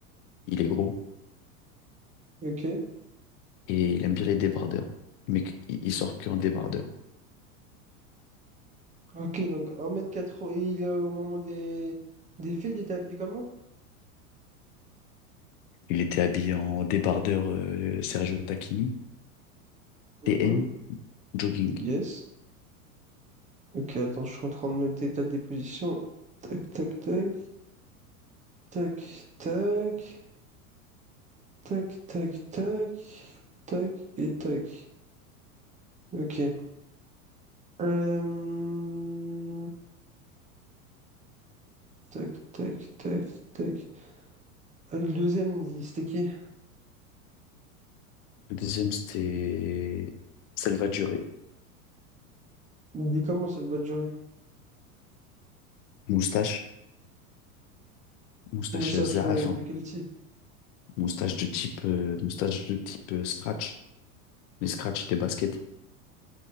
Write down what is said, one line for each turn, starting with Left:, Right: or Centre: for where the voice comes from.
Left: Il est gros
Right: Ok.
Left: et il aime bien les débardeurs. Mais qu- il il sort que en débardeur.
Right: Ok, donc un mètre quatre-vingts et il est au moment des, des faits, il est habillé comment?
Left: Il était habillé en débardeur euh, Sergio Tacchini,
Right: Mhm.
Left: TN, jogging.
Right: Yes. Ok, attends, je suis en train de noter ta déposition. Tac, tac, tac, tac, tac, tac, tac, tac, tac et tac. Ok. Euh, Tac, tac, tac, tac. Ah, le deuxième, il- c'était qui?
Left: Le deuxième, c'était Salvatore.
Right: Il dit comment cette bonne journée?
Left: Moustache, moustache
Right: Moustache
Left: Zaaf,
Right: euh,
Left: hein.
Right: de quel type?
Left: Moustache de type, euh, moustache de type euh, scratch, les scratch des baskets.